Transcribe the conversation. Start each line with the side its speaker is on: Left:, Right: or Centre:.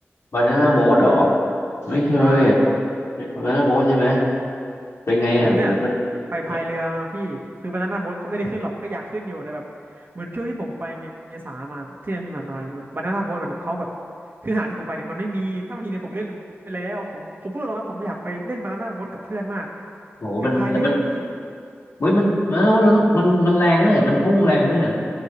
Left: บานาน่าโบ๊ทหรอไม่เคย
Right: ใช่ครับ
Left: บานาน่าโบ๊ทใช่ไหม
Right: โอ้
Left: เป็นไงอ่ะโหมัน
Right: ผมเนี่ยไปพายเรือมาพี่
Left: เออ
Right: คือวันนั้นนะโบ๊ทก็ไม่ได้ขึ้นหรอกก็อยากขึ้นอยู่แต่แบบเหมือนช่วงที่ผมไปเมษามาที่ที่ผ่านมาแบบบานาน่าโบ๊ทมันเขาแบบคือหาดที่ผมไปเนี่ยมันไม่มีถ้ามีเนี่ยผมเล่นไปแล้วผมผมพูดตรงนะผมอยากไปเล่นบานาน่าโบ๊ทกับเพื่อนมาก
Left: โหมันแต่มัน
Right: กับพายเรือพี่
Left: เฮ้ยมันมันมันต้องมันมันแรงไหมอะมันพุ่งแรงไหมอะ